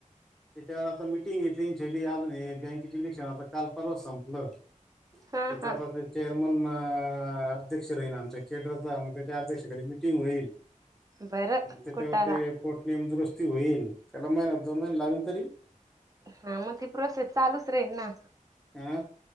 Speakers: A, in the centre; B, on the right.
A: त्याच्यावर आता मीटिंग घेतली छली अजून बँकेचे इलेक्शन आता काल परवा संपलं
B: हा
A: कता
B: हा
A: त चेअरमन अध्यक्ष राहीन आमच्या केंद्रचा त्याच्या अध्यक्षाकडे मिीटिंग होईल
B: बरं
A: त्याच्यावर
B: कुटाला
A: ते पोटनयम दुरुस्ती होईल त्याला माहिनात दोन महिने लागले तरी
B: हा मग ती प्रोसेस चालूच राहील ना
A: हं